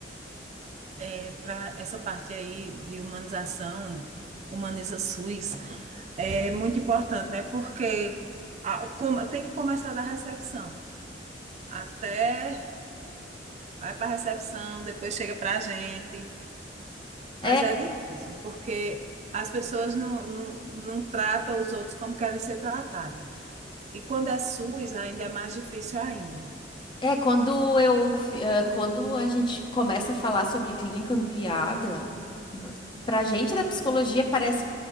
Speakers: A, on the right (about 40°); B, on the left (about 25°).
A: é, para essa parte aí de humanização, humaniza SUS, é muito importante, né? Porque a- como- tem que começar da recepção. Até vai para a recepção, depois chega para a gente.
B: É.
A: Mas é difícil, porque as pessoas não, não, não tratam os outros como querem ser tratadas. E quando é SUS, ainda é mais difícil ainda.
B: É, quando eu, fi- eh, quando a gente começa a falar sobre clínica ampliada, n- pra gente da psicologia parece